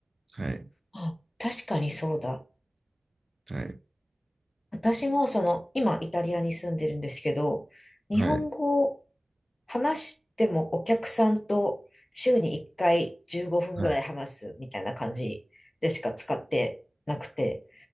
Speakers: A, on the right (about 40°); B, on the left (about 70°).
A: はい。
B: あ、確かにそうだ。
A: はい。
B: 私もその、今イタリアに住んでるんですけど、日本語を
A: はい。
B: 話してもお客さんと週に1回15分ぐらい話すみたいな感じでしか使ってなくて、
A: はい。